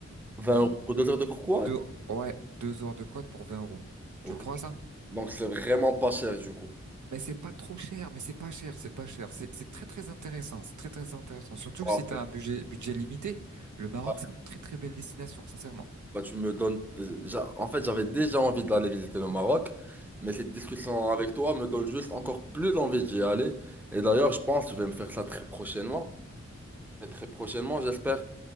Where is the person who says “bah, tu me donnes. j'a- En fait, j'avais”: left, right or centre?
Centre